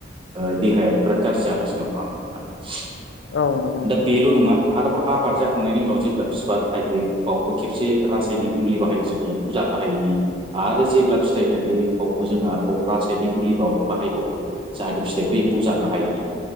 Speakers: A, on the right; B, on the left.
A: ओ देहायाबो बिराद गाज्रि जागासिनो दङ नङा होमबा नोंथां?
B: औ नंगौ नं
A: दा बेल' नङा आरबाव आब बाद जाखांनायनि उनाव जेब्ला बिबार थायो बावबो खेबसे रासायनिक मुलि बाहायो जोंनि एम्फौ जानो हायैनि। आरो जेब्ला फिथाइ थायो बावबो जोङो आरोबाव रासायनिक मुलिबाव बाहायबावो जाहाथे फिथाइ खौ जानो हायैनि